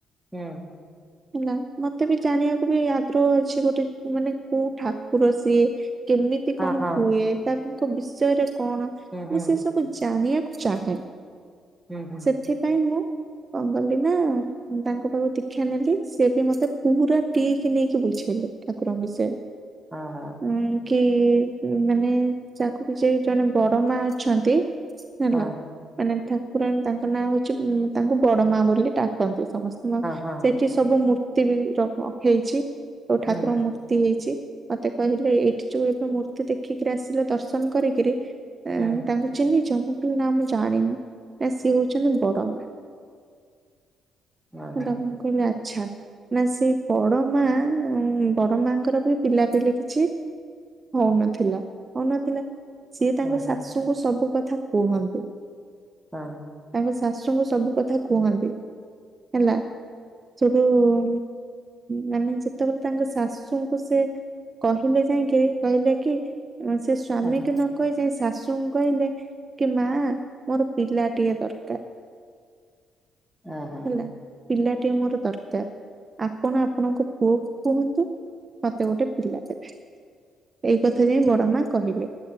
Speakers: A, in the centre; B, on the right.
A: ହୁଁ
B: <inaudible> ହେଲା ମତେ ବି ଜାଣିବାକୁ ବି ଆଗ୍ରହ ଅଛି ଗୋଟେ ମାନେ କୋଉ ଠାକୁର ସିଏ। କେମିତି
A: ହଁ
B: କଣ
A: ହଁ
B: ହୁଏ ତାଙ୍କ ବିଷୟରେ କଣ ମୁଁ
A: ହୁଁ ହୁଁ
B: ସେ ସବୁ ଜାଣିବାକୁ ଚାହେଁ।
A: ହୁଁ ହୁଁ
B: ସେଥିପାଇଁ ମୁଁ କଣ କାଲି ନା ତାଙ୍କ ପାଖକୁ ଦୀକ୍ଷା ନେଲି ସେ ବି ମତେ ପୁରା ଟିକି ନିକି ବୁଝେଇଲେ। ଠାକୁରଙ୍କ ବିଷୟରେ।
A: ହଁ ହଁ
B: ଉଁ କି ମାନେ ତାଙ୍କୁ ବିଯେଇ ଜଣେ ବଡ ମା ଅଛନ୍ତି। ହେଲା
A: ହଁ
B: ମାନେ ଠାକୁରାଣୀ ତାଙ୍କ ନାଁ ହଉଛି ତାଙ୍କୁ ବଡ ମା ବୋଲି ଡାକନ୍ତି ସମସ୍ତେ ମା
A: ହଁ ହଁ
B: ସେ ଏଠି ସବୁ ମୂର୍ତ୍ତି ବି ର ହେଇଛି ସବୁ ଠାକୁରଙ୍କ
A: ହୁଁ
B: ମୂର୍ତ୍ତି ମୂର୍ତ୍ତି ହେଇଛି ମତେ କହିଲେ ଏଇଠି ଯୋଉ ଏବେ ମୂର୍ତ୍ତି ଦେଖିକିରି ଆସିଲ ଦର୍ଶନ କରିକିରି
A: ହୁଁ
B: ତାଙ୍କୁ ଚିହ୍ନିଚ ମୁଁ କହିଲି ନା ମୁଁ ଜାଣିନି ନା ସିଏ ହଉଛନ୍ତି ବଡମା।
A: ଓହୋ
B: ହେଲା ମୁଁ କହିଲି ଆଚ୍ଛା। ନା ସେ ବଡ ମା ବଡ ମାଙ୍କର ବି ପିଲାପିଲି କିଛି ହଉନଥିଲା। ହଉନଥିଲା ସିଏ ତାଙ୍କ
A: ଓହୋ
B: ଶାଶୁଙ୍କୁ
A: ହଁ
B: ସବୁ କଥା କୁହନ୍ତି।
A: ହଁ
B: ତାଙ୍କ ଶାଶୁଙ୍କୁ ସବୁ କଥା କୁହନ୍ତି ହେଲା। ସେଠୁ ଉ ମାନେ ଯେତେବେଳେ ତାଙ୍କ ଶାଶୁଙ୍କୁ ସେ କହିଲେ ଯାଇକି କହିଲେ କି ସେ ସ୍ଵାମୀ
A: ଆଜ୍ଞା
B: କି ନ କହି ଯାଇ ଶାଶୁଙ୍କୁ କହିଲେ କି ମା ମୋର ପିଲା ଟିଏ ଦରକାର। <inaudible>
A: ଅ ହଁ
B: ହେଲା ପିଲାଟିଏ ମୋର ଦରକାର ଆପଣ ଆପଣଙ୍କ ପୁଅଙ୍କୁ କୁହନ୍ତୁ। ମତେ ଗୋଟେ ପିଲା ଦେବେ ଏଇ କଥା ଯାଇ ବ ଡ଼ମା କହିଲେ